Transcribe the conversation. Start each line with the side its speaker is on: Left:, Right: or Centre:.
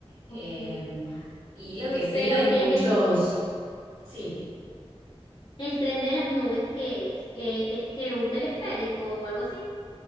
Right: Eh,
Left: ok.
Right: y lo que sí,
Left: Pero
Right: hay muchos,
Left: ¿qué es el,
Right: sí,
Left: el tren de las nubes? ¿Qué es? que es que un teleférico o algo así?